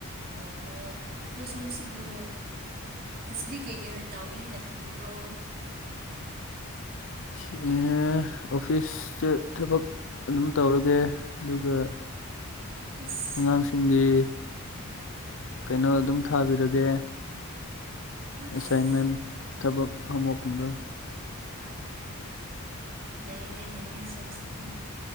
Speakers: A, on the right; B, on the left.
A: ꯑꯣꯍꯣ ꯑꯗꯨ ꯁꯣꯝꯁꯤꯕꯨ ꯉꯁꯤꯗꯤ ꯀꯩ ꯀꯩ ꯇꯥꯎꯒꯦ ꯍꯥꯏꯅ ꯈꯜꯂꯤꯕ꯭ꯔꯣ
B: ꯁꯤꯑꯦ ꯑꯣꯐꯤꯁꯇ ꯊꯕꯛ ꯑꯗꯨꯝ ꯇꯧꯔꯒꯦ ꯑꯗꯨꯒ
A: ꯑꯁ
B: ꯑꯉꯥꯡꯁꯤꯡꯒꯤ ꯀꯩꯅꯣ ꯑꯗꯨꯝ ꯊꯥꯕꯤꯔꯒꯦ
A: ꯑꯁ
B: ꯑꯦꯁꯥꯏꯟꯃꯦꯟ ꯊꯕꯛ ꯑꯃꯒꯨꯝꯕ
A: ꯅꯩꯔꯦ ꯅꯦꯍꯦ ꯁꯣꯝꯁꯤꯗꯤ